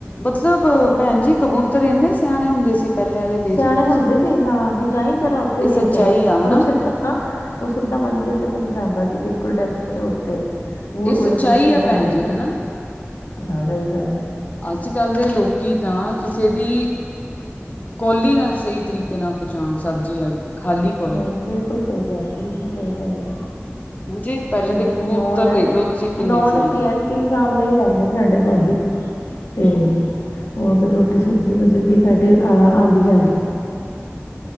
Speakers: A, on the left; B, on the left.
A: ਮਤਲਬ
B: ਆ ਗਿਆ
A: ਭੈਣ ਜੀ ਕਬੂਤਰ ਇੰਨੇ ਸਿਆਣੇ ਹੁੰਦੇ ਸੀ ਪਹਿਲੇ ਆਲੇ ਦੇਖਲੋ
B: ਸਿਆਣੇ
A: ਤੁਸੀਂ।
B: ਹੁੰਦੇ ਸੀ ਹਾਂ ਵੀ ਜਾਈ ਜਰਾ ਉੱਥੇ
A: ਇਹ
B: ਦੇ
A: ਸੱਚਾਈ
B: ਕੇ ਆਈ
A: ਆ
B: ਔਰ
A: ਹਨਾ
B: ਉਹ ਸਿੱਧਾ ਹਾਂ ਉਹ ਸਿੱਧਾ ਮੰਜ਼ਿਲ ਤੇ ਪਹੁੰਚਾਉਂਦਾ ਸੀ ਬਿਲਕੁਲ ਡਸਟ ਉੱਤੇ ਹੋਰ
A: ਇਹ
B: ਉਹਦੇ
A: ਸੱਚਾਈ
B: ਤੱਕ ਪਹੁੰਚਾਉਂਦਾ
A: ਆ ਭੈਣ ਜੀ
B: ਸੀ
A: ਹਨਾ।
B: ਹਾਂ ਸਹੀ ਗੱਲ ਨੇ
A: ਅੱਜ ਕੱਲ ਦੇ ਲੋਕੀ ਤਾਂ ਕਿਸੇ ਦੀ ਕੋਲੀ ਨਾ ਸਹੀ ਤਰੀਕੇ ਨਾਲ ਪਹੁੰਚਾਉਣ ਸਬਜ਼ੀ ਆਲੀ ਖਾਲੀ ਕੋਲੀ।
B: ਸਈ ਬਿਲਕੁਲ ਸਈ ਕਹਿ ਰਹੇ ਹੋ ਬਿਲਕੁਲ ਸਹੀ ਕਹਿ ਰਹੇ ਹੋ
A: ਹਾਂ ਜੀ ਪਹਿਲੇ
B: ਸਾਡੇ
A: ਦੇ
B: ਇੱਕ
A: ਕਬੂਤਰ
B: ਨੌਨ ਹਨ
A: ਦੇਖ ਲਓ ਤੁਸੀਂ ਕਿੰਨੇ
B: ਨੌਨ
A: ਸਿਆਣੇ
B: ਕੀ ਸਾਮਣੇ ਹੀ ਰਹਿੰਦੇ ਸਾਡੇ ਭਾਬੀ ਤੇ
A: ਹੂੰ ਹੂੰ।
B: ਉਹ ਅਗਰ ਰੋਟੀ ਸਬਜ਼ੀ ਮਤਲਬ ਕਿ ਸਾਡੇ ਆਉਂਦੀ ਜਾਂਦੀ <inaudible>